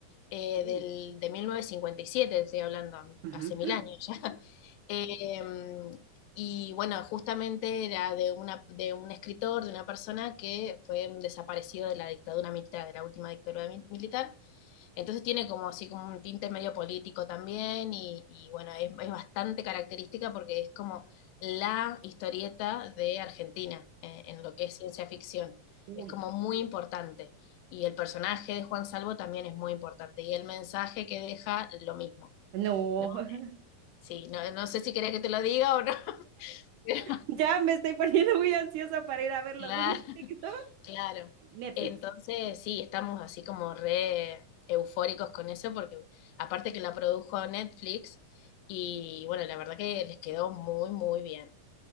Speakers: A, on the left; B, on the right.
A: eh,
B: Uy.
A: del, de 1957 estoy hablando,
B: ujú.
A: hace mil años ya. <laughs> Eh, y bueno, justamente era de, una, de un escritor, de una persona que fue un desaparecido de la dictadura militar, de la última dictadura mi- militar, entonces tiene como así como un tinte medio político también y, y bueno, es, es bastante característica porque es como la historieta de Argentina eh, en lo que es ciencia ficción.
B: Uy.
A: Es como muy importante. Y el personaje de Juan Salvo también es muy importante. Y el mensaje que deja, lo mismo,
B: No.
A: ¿no?
B: <laughs>
A: Sí, no, no sé si querés que te lo diga o no, <laughs> pero
B: Ya me estoy poniendo muy ansiosa para ir a verlo.
A: claro,
B: ¿Dónde dijiste que estaba?
A: Claro.
B: Netflix.
A: Entonces, sí, estamos así como re eufóricos con eso, porque aparte que la produjo Netflix, y bueno, la verdad que les quedó muy, muy bien.